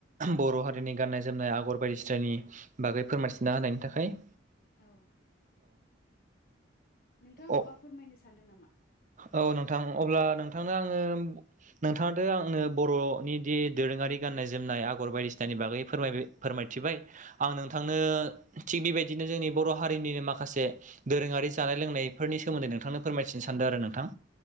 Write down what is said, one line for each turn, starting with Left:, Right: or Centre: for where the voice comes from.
Right: बर' हारिनि गाननाय जोमनाय आगर बायदिसिनानि बागै फोरमायथिना होनायनि थाखाय।
Left: औ नोंथाङा
Right: औ
Left: माबा फोरमायनो सानदों नामा?
Right: औ नोंथां अब्ला नोंथांनो आङो नोंथाङाथ' आंनो बर'निदि दोरोङारि गाननाय जोमनाय आगर बायदिसिनानि बागै फोरमाय फोरमायथिबाय आं नोंथांनो
Left: औ
Right: थिग बेबायदिनो जोंनि बर' हारिनि माखासे दोरोङारि जानाय लोंनायफोरनि सोमोन्दै नोंथांनो फोरमायथिनो सा सान्दों आरो नोंथां।